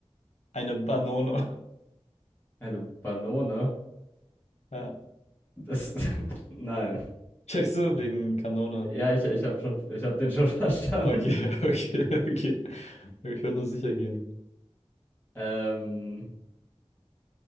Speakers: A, on the left; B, on the left.
A: Eine Banone. <laughs>
B: Eine Banone?
A: Ja.
B: Das, <laughs> nein.
A: Checkst du wegen Kanone?
B: Ja, ich, ich habe schon, ich hab den schon <laughs> verstanden.
A: Okay, <laughs> okay, okay. Ich will nur sicher gehen.
B: Ähm,